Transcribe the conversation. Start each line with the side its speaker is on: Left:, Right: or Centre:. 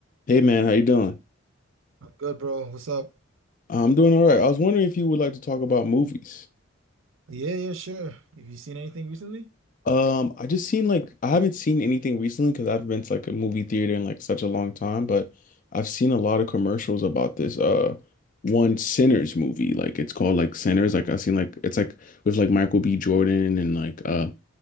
Left: Hey man, how you doing?
Right: I'm good, bro. What's up?
Left: I'm doing all right. I was wondering if you would like to talk about movies.
Right: Yeah, yeah, sure. Have you seen anything recently?
Left: Um, I just seen like I haven't seen anything recently because I haven't been to like a movie theater in like such a long time, but I've seen a lot of commercials about this uh one Sinners movie. Like it's called like Sinners. Like I've seen like it's like with like Michael B. Jordan and like uh